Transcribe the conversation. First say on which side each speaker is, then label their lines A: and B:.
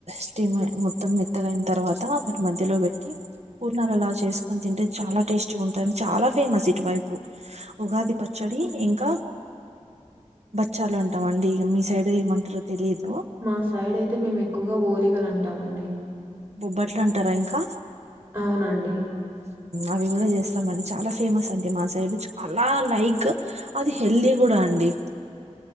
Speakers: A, on the right; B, on the right.
A: స్టీమ్ అయ్య మోత్తు మొత్తం మెత్తగాయిన తర్వాత వాటి మధ్యలో పెట్టి పూర్నాలు అలా చేసుకుొని తింటే చాలా టేస్టీగా ఉంటన్ చాలా ఫేమస్ ఇటువైపు ఉగాది ప చ్చడి
B: హ్మ్.
A: ఇంకా బచ్చాలు అంటాం అండి మీ సైడ్ ఏమంటారో తెలిదు
B: మా సైడ్ అయితే మేము ఎక్కువగా ఓలిగలు అంటామండి
A: బొబ్బట్లు అంటారా ఇంకా
B: అవునండి
A: అవి కూడా చేస్తామండి చాలా ఫేమస్ అండి మా సైడ్ అలా లైక్ అది హెల్దీ కూడా అండి